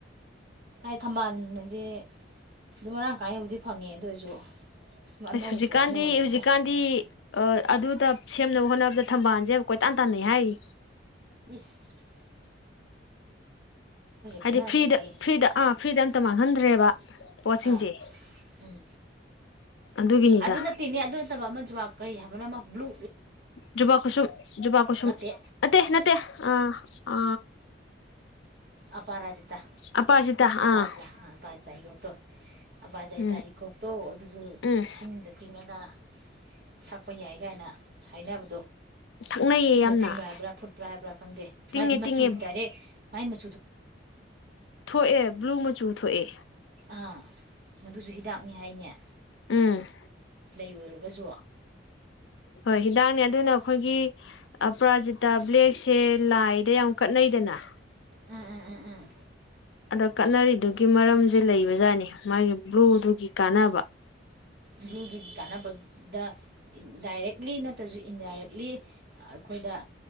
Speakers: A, on the right; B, on the left.
A: ꯍꯥꯏ ꯊꯝꯕꯥꯜꯁꯦ ꯑꯗꯨꯝ ꯃꯔꯥꯡ ꯀꯥꯏꯅꯕꯨꯗꯤ ꯐꯪꯉꯦ ꯑꯗꯨ ꯑꯣꯏꯔꯁꯨ ꯁꯨꯝ ꯑꯅꯧꯕ
B: ꯑ ꯍꯧꯖꯤꯛꯀꯥꯟꯗꯤ
A: ꯄꯣꯠ ꯑꯃ ꯑꯣꯏꯕꯅꯤꯅ
B: ꯍꯧꯖꯤꯛꯀꯥꯟꯗꯤ ꯑꯗꯨꯗ ꯁꯦꯝꯅꯕ ꯍꯣꯠꯅꯕꯗ ꯊꯝꯕꯥꯜꯁꯦ ꯀꯣꯏꯇꯥꯟ ꯇꯥꯟꯅꯩ ꯍꯥꯏꯔꯤ
A: ꯁ
B: ꯍꯥꯏꯗꯤ
A: ꯈꯪꯅꯔꯛꯄꯗꯒꯤ
B: ꯐ꯭ꯔꯤꯗ ꯐ꯭ꯔꯤꯗ ꯑꯥ ꯐ꯭ꯔꯤꯗ ꯑꯝꯇ ꯃꯥꯡꯍꯟꯗ꯭ꯔꯦꯕ ꯄꯣꯠꯁꯤꯡꯁꯦ
A: ꯑ ꯎꯝ
B: ꯑꯗꯨꯒꯤꯅꯤꯗ
A: ꯑꯗꯨ ꯅꯠꯇꯦꯅꯤ ꯑꯗꯨ ꯅꯠꯇꯕ ꯑꯃ ꯋꯥ ꯀꯔꯤ ꯍꯥꯏꯕꯅ ꯭ꯂꯨ
B: ꯖꯨꯕꯥ ꯀꯨꯁꯨꯝ ꯖꯨꯕꯥ ꯀꯁꯨꯝ
A: ꯅꯠꯇꯦ
B: ꯅꯠꯇꯦ ꯅꯠꯇꯦ ꯑ ꯑ
A: ꯑꯄꯔꯥꯖꯤꯇꯥ
B: ꯑꯄꯥꯖꯤꯇꯥ ꯑꯥ
A: ꯑꯄꯔꯖꯤꯇꯥ ꯑꯄꯔꯇ ꯏꯒꯠꯇꯣ ꯑꯕꯥꯖꯥꯏꯇꯥ
B: ꯎꯝ
A: ꯍꯤꯀꯣꯛꯇꯧ ꯑꯗꯨꯁꯨ
B: ꯎꯝ
A: ꯏꯁꯤꯡꯗ ꯇꯤꯡꯉꯒ ꯊꯛꯄ ꯌꯥꯏ ꯀꯥꯏꯅ ꯍꯥꯏꯅꯕꯗꯣ
B: ꯊꯛꯅꯩꯌꯦ
A: ꯏꯤꯡꯕ
B: ꯌꯥꯝꯅ
A: ꯇꯤꯡꯕ ꯍꯥꯏꯕ꯭ꯔꯥ ꯐꯨꯠꯄ꯭ꯔꯥ ꯍꯥꯏꯕ꯭ꯔꯥ ꯈꯪꯗꯦ ꯃꯥꯥꯏꯗꯤ
B: ꯇꯤꯡꯉꯦ ꯇꯤꯡꯉꯦ
A: ꯃꯆꯨ ꯇꯔꯦ ꯃꯥꯏ ꯃ
B: ꯊꯣꯛꯑꯦ ꯕ꯭ꯂꯨ ꯃꯆꯨ ꯊꯣꯛꯑꯦ
A: ꯑꯥ ꯃꯗꯨꯁꯨ ꯍꯤꯗꯥꯛꯅꯤ ꯍꯥꯏꯅꯦ
B: ꯎꯝ
A: ꯂꯩ ꯑꯣꯏꯔꯒꯁꯨ
B: ꯍꯣꯏ ꯍꯤꯗꯥꯛꯅꯦ ꯑꯗꯨꯅ ꯑꯩꯈꯣꯏꯒꯤ ꯄ꯭ꯔꯥꯖꯤꯇꯥ ꯕ꯭ꯂꯦꯛꯁꯦ ꯂꯥꯏꯗ ꯌꯥꯝ ꯀꯠꯅꯩꯗꯅ
A: ꯎꯝ ꯎꯝ ꯎꯝ ꯎꯝ
B: ꯑꯗ ꯀꯠꯅꯔꯤꯗꯨꯒꯤ ꯃꯔꯝꯁꯦ ꯂꯩꯕ ꯖꯥꯠꯅꯤ ꯃꯥꯒꯤ ꯕ꯭ꯂꯨꯗꯨꯒꯤ ꯀꯥꯟꯅꯕ
A: ꯎ ꯑꯩꯈꯣꯏꯒꯤ ꯀꯥꯟꯅꯕꯗ ꯗꯥꯏꯔꯦꯛꯂꯤ ꯅꯠꯇ꯭ꯔꯁꯨ ꯏꯟꯗꯥꯏꯔꯦꯛꯂꯤ ꯑꯩꯈꯣꯏꯗ